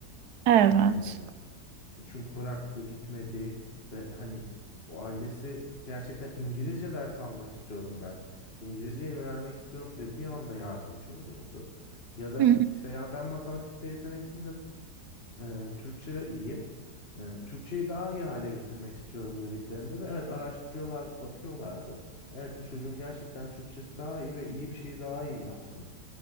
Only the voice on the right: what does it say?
Evet.
Hı hı.